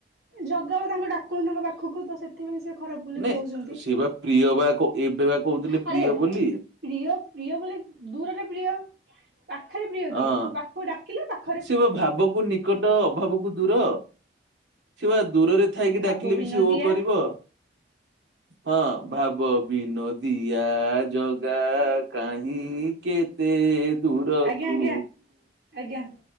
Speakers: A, on the right; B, on the right.
A: ଜଗା ବା ତାଙ୍କୁ ଡାକୁନି ତାଙ୍କ ପାଖକୁ ତ ସେଥିପାଇଁ ସେ ଖରାପ ବୋଲି
B: ନାଇଁ
A: କହୁଛନ୍ତି।
B: ସେ ବା ପ୍ରିୟ ବା ଏବେ ବା କହୁଥିଲେ
A: ଆରେ
B: ପ୍ରିୟ ବୋଲି।
A: ପ୍ରିୟ ପ୍ରିୟ ବୋଲି ଦୂରରେ ପ୍ରିୟ ପାଖରେ ପ୍ରିୟ
B: ହଁ
A: କି? ପାଖକୁ ଡାକିଲେ ପାଖ
B: ସେ ବା ଭାବକୁ ନିକଟ ଅଭାବକୁ ଦୂର। ସେ ବା ଦୂରରେ ଥାଇକି
A: ଭାବ
B: ଡାକିଲେ
A: ବିନୋଦିଆ
B: ବି ସେ ଓ କରିବ। ହଁ, ଭାବ ବିନୋଦିଆ ଜଗା କାହିଁ କେତେ ଦୂରକୁ
A: ଆଜ୍ଞା! ଆଜ୍ଞା! ଆଜ୍ଞା!